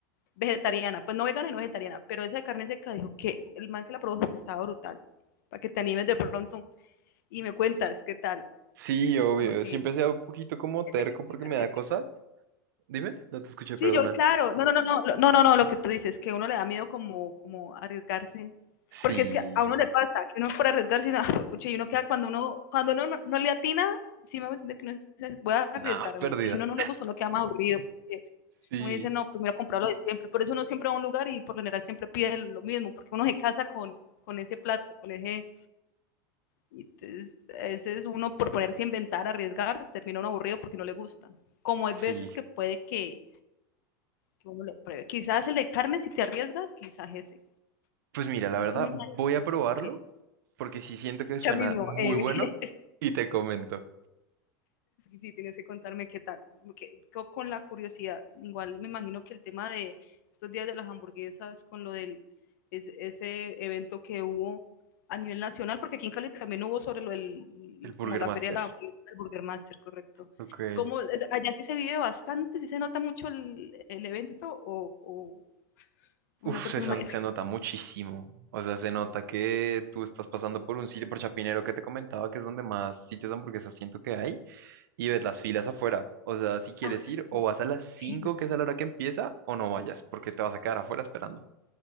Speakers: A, on the left; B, on the right.
A: vegetariana, pues no vegana y no vegetariana, pero esa de carne seca dijo que el man que la probó dijo que estaba brutal, para que te animes de pronto y me cuentas qué tal.
B: Sí, obvio.
A: Uf, sí,
B: Siempre sea un poquito como
A: hay
B: terco
A: que explicarme
B: porque me da
A: eso.
B: cosa. Dime, no te escuché,
A: Sí,
B: perdona.
A: yo, claro, no, no, no, no, lo- no, no, no, lo que tú dices, que uno le da miedo como, como arriesgarse,
B: Sí,
A: porque es que a uno le pasa, que uno por arriesgarse, no, <laughs> pucha, y uno queda cuando uno, cuando uno no, no le atina, sí me voy a entender que uno dice, voy a arriesgarme,
B: nada, pérdida.
A: y si uno no le gusta, uno queda más aburrido, porque
B: Sí,
A: uno dice, no, pues mira, comprar lo de siempre, por eso uno siempre va a un lugar y por lo general siempre pide lo mismo, porque uno se casa con, con ese plato, con ese, y entonces, ese es uno por ponerse a inventar, arriesgar, termina uno aburrido porque no le gusta, como hay
B: sí.
A: veces que puede que que uno lo pruebe. Quizás el de carne, si te arriesgas, quizás ese.
B: Pues mira, la
A: Es
B: verdad,
A: que me imagino
B: voy a probarlo
A: que
B: porque sí siento que suena
A: ya mismo,
B: muy
A: eh,
B: bueno
A: <laughs>
B: y te comento.
A: sí, tienes que contarme qué tal. Que, con la curiosidad, igual me imagino que el tema de estos días de las hamburguesas, con lo del es, ese evento que hubo a nivel nacional, porque aquí en Cali también hubo sobre lo del,
B: El Burger
A: como la
B: Master.
A: feria de la del Burger Master, correcto.
B: Ok.
A: ¿Cómo, allá sí se vive bastante, sí se nota mucho el, el evento o, o, o,
B: Uf,
A: no, porque
B: se, son-
A: me, es,
B: se
A: que,
B: nota muchísimo. O sea, se nota que tú estás pasando por un sitio, por Chapinero que te comentaba, que es donde más sitios de hamburguesas siento que hay, y ves las filas afuera. O sea, si quieres
A: ah,
B: ir, o vas a las cinco
A: sí,
B: que es a la hora que empieza, o no vayas, porque te vas a quedar afuera esperando.